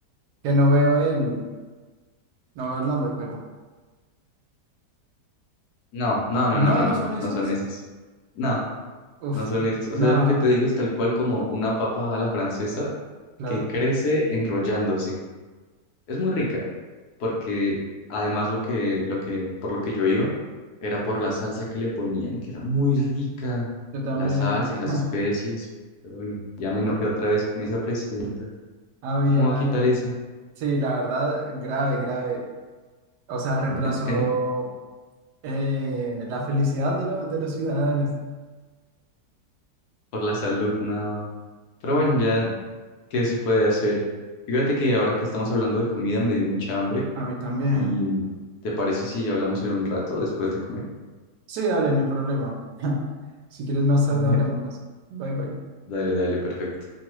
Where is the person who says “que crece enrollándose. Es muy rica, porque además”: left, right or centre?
Left